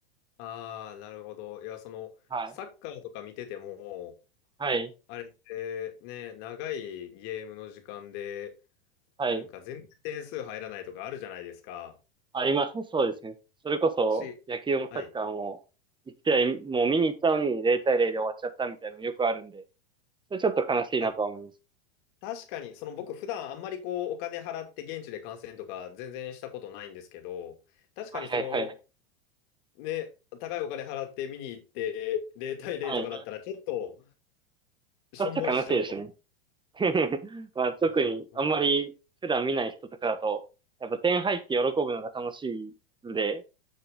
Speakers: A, on the left; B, on the right.
A: あー、なるほど。いや、その、
B: はい。
A: サッカーとか見てても、
B: はい。
A: あれってね、長いゲームの時間で、
B: はい。
A: なんか全然点数入らないとかあるじゃないですか。
B: ありますね。そうですね。それこそ、
A: し、
B: 野球もサッカーも、
A: はい。
B: 一対、もう見に行ったのに0対0で終わっちゃったみたいなのよくあるんで、それちょっと悲しいなとは思います。
A: あ確かに、その僕普段あんまりこうお金払って現地で観戦とか全然したことないんですけど、確かにその
B: はいはいはい。
A: ね、高いお金払って見に行って0対0とかだったらちょっと
B: はい。
A: しょんぼりしちゃうかも。
B: ちょっと悲しいですね。<laughs> まあ、特に、
A: あー
B: あんまり普段見ない人とかだと、やっぱ点入って喜ぶのが楽しいんで、